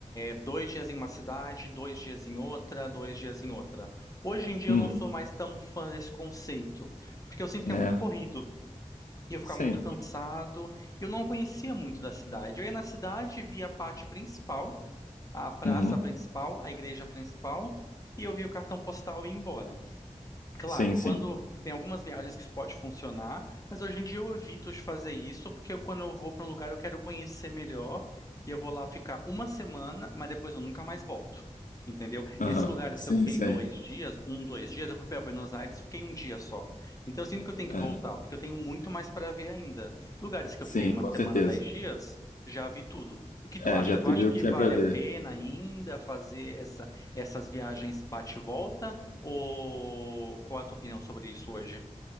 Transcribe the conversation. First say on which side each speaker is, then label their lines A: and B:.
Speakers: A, on the left; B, on the left.
A: dois dias em uma cidade, dois dias em outra, dois dias em outra. Hoje em dia
B: uhum,
A: eu não sou mais tão fã desse conceito, porque eu sinto que
B: né?
A: é muito corrido. E eu ficava
B: Sim,
A: muito cansado. E eu não conhecia muito da cidade. Eu ia na cidade, via a parte principal, a praça
B: uhum,
A: principal, a igreja principal, e eu via o cartão postal e ia embora. Claro,
B: sim,
A: quando
B: sim,
A: tem algumas viagens que isso pode funcionar, mas hoje em dia eu evito de fazer isso, porque eu- quando eu vou para um lugar eu quero conhecer melhor e eu vou lá ficar uma semana, mas depois eu nunca mais volto. Entendeu?
B: aham,
A: Esses lugares
B: sim,
A: que eu fiquei
B: sim,
A: dois dias, um, dois dias, eu fui para Buenos Aires e fiquei um dia só. Então eu sinto que eu tenho que
B: é,
A: voltar, porque eu tenho muito mais para ver ainda. Lugares que
B: sim,
A: eu fiquei uma
B: com
A: semana,
B: certeza.
A: dez dias, já vi tudo. O que tu
B: É,
A: acha?
B: já teve
A: Tu acha
B: o
A: que
B: que tinha
A: vale
B: pra ver.
A: a pena ainda fazer essa, essas viagens bate-volta? Ou qual é a tua opinião sobre isso hoje?